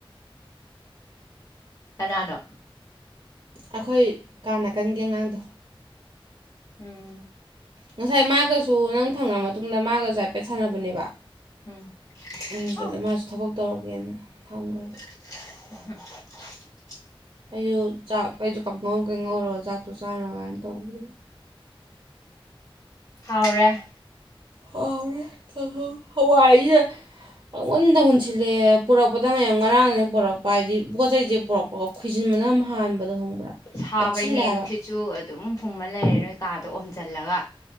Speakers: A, on the left; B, on the right.
A: ꯑꯅꯥꯅꯣ
B: ꯑꯩꯈꯣꯏ ꯀꯥ ꯅꯥꯀꯟꯒꯤ ꯑꯉꯥꯡꯗꯣ
A: ꯎꯝ
B: ꯉꯁꯥꯏ ꯃꯥꯒꯁꯨ ꯅꯪ ꯊꯪꯅ ꯃꯇꯨꯡꯗ ꯃꯥꯒꯁꯨ ꯍꯥꯏꯐꯦꯠ ꯁꯥꯟꯅꯕꯅꯦꯕ
A: ꯎꯝ
B: ꯎꯝ ꯑꯗꯨꯗ
A: ꯑꯧ
B: ꯃꯥꯁꯨ ꯊꯕꯛ ꯇꯧꯔꯒꯦꯅ ꯊꯝꯈ꯭ꯔꯕ
A: <unintelligible>
B: ꯑꯩꯁꯨ ꯆꯥꯛ ꯀꯩꯁꯨ ꯀꯪꯉꯧ ꯀꯩ ꯉꯧꯔꯒ ꯆꯥꯛꯇꯣ ꯆꯥꯅꯔ ꯀꯥꯏꯅ ꯇꯧꯕꯗ
A: ꯍꯥꯎꯔꯦ
B: ꯍꯥꯎꯔ‌ꯦ ꯀꯪꯍꯧ ꯍꯋꯥꯏꯖꯤꯗ ꯄꯪꯉꯨꯟꯗ ꯍꯨꯟꯁꯤꯜꯂꯦ ꯄꯨꯔꯛꯄꯗꯪ ꯉ ꯌꯥꯝ ꯉꯔꯥꯡꯗꯅꯤ ꯄꯨꯔꯛꯄ ꯄꯥꯏꯗꯤ ꯄꯣꯠꯆ ꯆꯩꯁꯦ ꯄꯨꯔꯛꯄꯒ ꯈꯣꯏꯖꯤꯟꯕꯅ ꯑꯃ ꯍꯥꯟꯕꯗꯣ ꯈꯪꯕ꯭ꯔꯥ
A: ꯁꯥꯕꯩꯅꯦ
B: ꯄꯠꯁꯤꯜꯂꯦ ꯍꯥꯏꯕ
A: ꯅꯨꯡꯁꯤꯠꯁꯨ ꯑꯗꯨꯝ ꯍꯨꯝꯃ ꯂꯩꯔꯔꯣꯏ ꯀꯥꯗꯣ ꯑꯣꯝꯁꯤꯜꯂꯒ